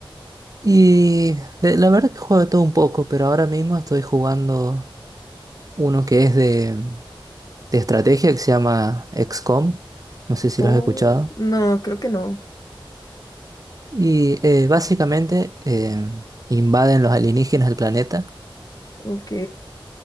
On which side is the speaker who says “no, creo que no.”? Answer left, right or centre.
Left